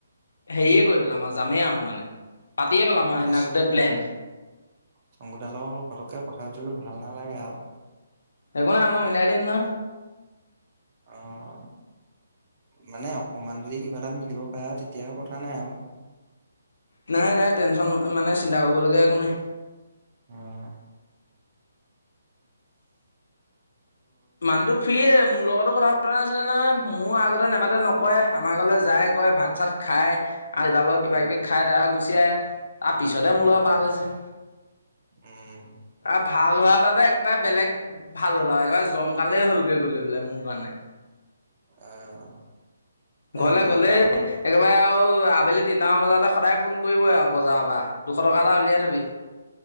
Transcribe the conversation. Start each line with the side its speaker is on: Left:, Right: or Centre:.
Left: হেৰিয়ে কৰি পেলাম আৰু যামেই আৰু মানে পাতিয়ে পেলাম আৰু সেইদিনা
Right: এ
Left: গোতেই প্লেন।
Right: শংকুদাৰ লগত পতককে কথা ভাল নালাগে আৰু।
Left: একো নাই আমাৰ মিলাই দিম ন।
Right: অঁ মানে অকমান যদি কিবা এটা মিলিব পাৰে আৰু তেতিয়া কথা নাই আৰু।
Left: নাই নাই টেনশচন মানে চিন্তা কৰিবলগীয়া একো নাই।
Right: আঁহ
Left: মানুহটো ফ্ৰিয়ে মোৰ লগতো কথা পা নাছিলে নহয়। মোৰ আগতে নেমাতে নকয় আমাৰ আগলে যায় কয় ভাত, চাত খাই। আৰু এটা লগত কিবাকিবি
Right: উম
Left: খাই তাৰপিছত গুচি আহে। তাৰ পিছতহে
Right: উম
Left: মোৰ লগত ভাল হৈছে।
Right: উম।
Left: আৰু ভাল হোৱাৰ বাবে একেবাৰে বেলেগ ভাল হ'ল আও। জমকালেই হ'লগৈ গলে পেলাই মোৰ কাৰণে।
Right: আহ এই
Left: গলে গলে
Right: যাৰ লগত
Left: একেবাৰে আঁও ত আবেলি তিনিটামান বজাতে সদায় ফোন কৰিবই আৰু বজাৰৰ পৰা দুশ টকা এটা উলিয়াই থবি।